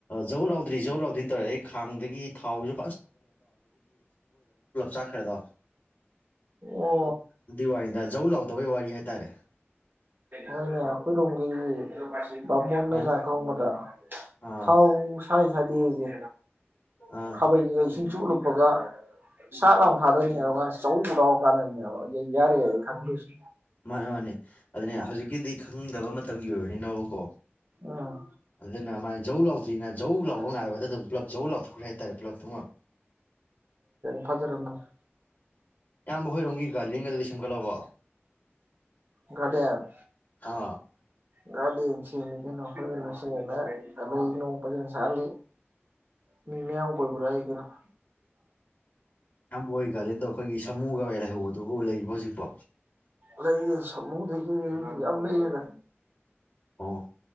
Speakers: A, on the left; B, on the right.
A: ꯖꯧ ꯂꯥꯎꯗ꯭ꯔꯤ ꯖꯧ ꯂꯥꯎꯗ꯭ꯔꯤꯅ ꯇꯧꯔꯦ ꯇꯧꯔꯦ ꯑꯗꯩ ꯗꯒꯤ ꯊꯥꯎꯁ ꯆꯥꯈ꯭ꯔꯦꯗꯣ
B: ꯑꯣ
A: ꯑꯗꯨꯏ ꯋꯥꯅꯤꯗ ꯖꯧ ꯂꯥꯎꯗꯕꯩ ꯋꯥꯔꯤ ꯍꯥꯏꯇꯥꯔꯦ
B: ꯍꯣꯏꯅꯦ ꯑꯩꯈꯣꯏ ꯔꯣꯝꯒꯤ ꯕꯥꯃꯣꯟꯅ
A: ꯃꯥꯅꯤ
B: ꯆꯥꯛ ꯊꯣꯡꯕꯗ
A: ꯑꯥ
B: ꯊꯥꯎ ꯁꯥꯏ ꯁꯥꯗꯤꯒꯤ
A: ꯑꯥ
B: ꯈꯕꯩꯅ ꯁꯨꯝ ꯆꯨꯞ ꯂꯨꯞꯄꯒ ꯁꯠ ꯂꯥꯎ ꯊꯥꯗꯅꯤ ꯑꯗꯨꯀꯥꯟꯗ ꯆꯧ ꯂꯥꯎꯒꯥꯟꯗꯅꯦꯕ ꯌꯩ ꯌꯥꯔꯦ ꯈꯪꯗꯣꯏꯁꯦ
A: ꯃꯥꯅꯦ ꯃꯥꯅꯦ ꯑꯗꯨꯅꯦ ꯍꯧꯖꯤꯛꯀꯤꯗꯤ ꯈꯪꯗꯕ ꯃꯇꯝꯒꯤ ꯑꯣꯏꯔꯅꯤꯅꯕ ꯀꯣ
B: ꯎꯝ
A: ꯑꯗꯨꯗ ꯅꯃꯥꯏ ꯖꯧ ꯂꯥꯎꯗ꯭ꯔꯤꯅ ꯖꯧ ꯂꯥꯎꯕ ꯉꯥꯏꯕꯗ ꯑꯗꯨꯝ ꯄꯨꯂꯞ ꯖꯧ ꯂꯥꯎꯊꯣꯛ ꯈ꯭ꯔꯦ ꯍꯥꯏꯇꯥꯔꯦ ꯄꯨꯂꯞ ꯇꯨꯃ
B: ꯐꯖꯔꯝꯃꯅꯤ
A: ꯏꯌꯥꯝꯕ ꯍꯣꯏꯔꯣꯝꯒꯤ ꯒꯥꯔꯗꯦꯟ ꯒꯗꯨꯗꯤ ꯁꯦꯝꯒꯠꯂꯕꯣ
B: ꯒꯥꯔꯗꯦꯟ
A: ꯍꯥ
B: ꯒꯥꯔꯗꯦꯟ ꯁꯦꯝꯃꯦ ꯀꯩꯅꯣ ꯐꯖꯅ ꯁꯦꯝꯃ‌ꯦ ꯂꯩ ꯅꯣꯡ ꯐꯖꯅ ꯁꯥꯠꯜꯂꯤ ꯃꯤ ꯃꯌꯥꯝ ꯀꯣꯏꯕ ꯂꯥꯛꯏ ꯀꯩꯅꯣ <unintelligible>
A: ꯏꯌꯥꯝꯕ ꯍꯣꯏ ꯒꯥꯔꯗꯦꯟꯗꯣ ꯑꯩꯈꯣꯏꯒꯤ ꯁꯃꯨꯒ ꯂꯩꯍꯧꯕꯗꯨꯕꯨ ꯂꯩꯔꯤꯕꯣ ꯍꯧꯖꯤꯛꯄꯣ
B: ꯂꯩꯌ‌ꯦ ꯁꯥꯃꯨ ꯂꯩ <unintelligible> ꯌꯥꯝ ꯂꯩꯌ‌ꯦꯗ
A: ꯑꯣ